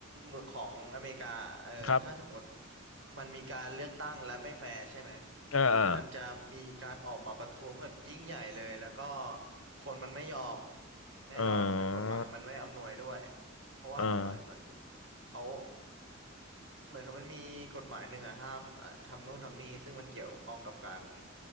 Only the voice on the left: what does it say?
ครับ
เออเออ
เออ
เออ